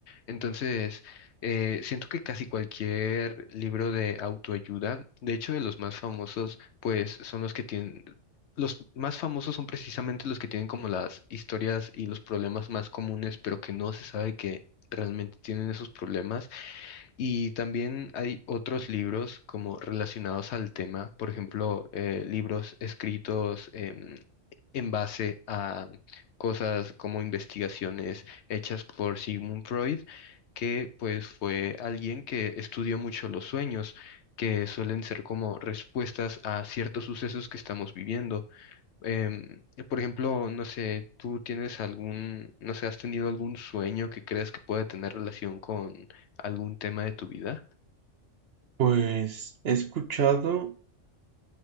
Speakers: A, on the left (about 65°); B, on the right (about 60°).
A: Entonces, eh, siento que casi cualquier libro de autoayuda, de hecho, de los más famosos, pues son los que tienen, los más famosos son precisamente los que tienen como las historias y los problemas más comunes, pero que no se sabe que realmente tienen esos problemas. Y también hay otros libros como relacionados al tema, por ejemplo, eh, libros escritos em, en base a cosas como investigaciones hechas por Sigmund Freud, que pues fue alguien que estudió mucho los sueños, que suelen ser como respuestas a ciertos sucesos que estamos viviendo. Em, por ejemplo, no sé, ¿tú tienes algún, no sé, has tenido algún sueño que crees que pueda tener relación con algún tema de tu vida?
B: Pues he escuchado,